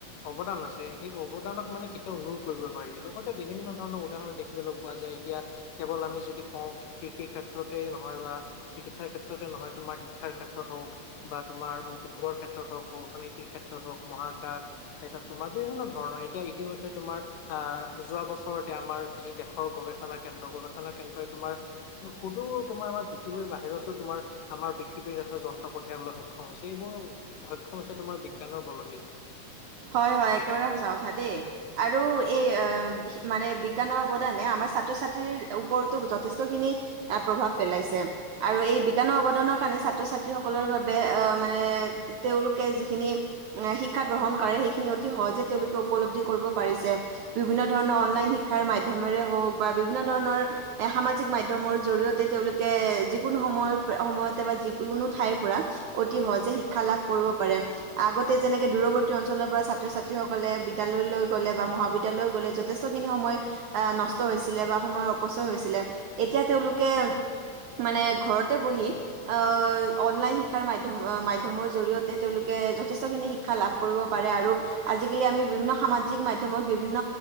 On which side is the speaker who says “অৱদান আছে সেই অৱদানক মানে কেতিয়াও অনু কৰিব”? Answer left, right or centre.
Left